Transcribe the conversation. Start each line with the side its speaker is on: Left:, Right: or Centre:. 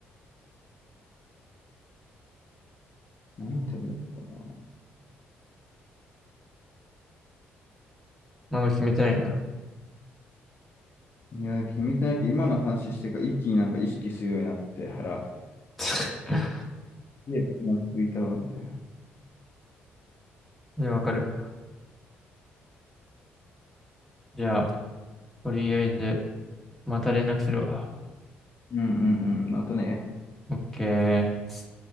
Left: う。何食べようかな。
Centre: まだ決めてないんだ。
Left: いや、決めてないけど、今の話してから一気になんか意識するようになって、腹。
Centre: <laughs>
Left: で、今ついたわ、みたいな。
Centre: いや、わかる。じゃあ、とりあえず、また連絡するわ。
Left: うんうんうん。またね。
Centre: オッケー。